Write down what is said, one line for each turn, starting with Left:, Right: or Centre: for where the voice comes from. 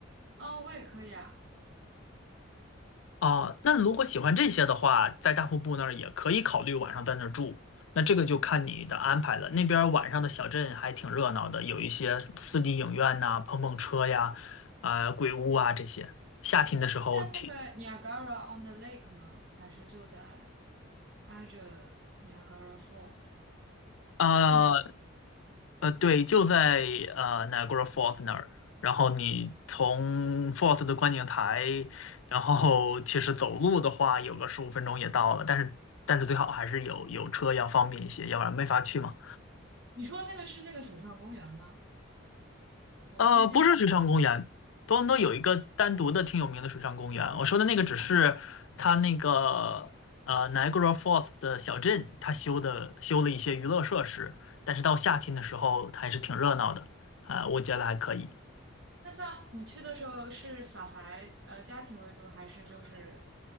Right: 哦，我也可以啊，
Left: 啊，那如果喜欢这些的话，在大瀑布那儿也可以考虑晚上在那儿住。那这个就看你的安排了。那边儿晚上的小镇还挺热闹的，有一些 4D 影院呐、碰碰车呀、啊、鬼屋啊这些。夏天的时候挺
Right: 在那个 Niagara on the Lake 吗？还是就在挨着 Niagara Falls？
Left: 啊
Right: 就在尼亚，
Left: 呃，对，就在呃 Niagara Falls 那儿。然后你从 Falls 的观景台，然后其实走路的话，有个十五分钟也到了。但是但是最好还是有有车要方便一些，要不然没法去嘛。
Right: 你说那个是那个水上公园吗？我看见有。
Left: 呃，不是水上公园，多伦多有一个单独的挺有名的水上公园。我说的那个只是它那个呃 Niagara Falls 的小镇，它修的修了一些娱乐设施，但是到夏天的时候它还是挺热闹的啊、我觉得还可以，
Right: 那像你去的时候是小孩呃家庭为主，还是就是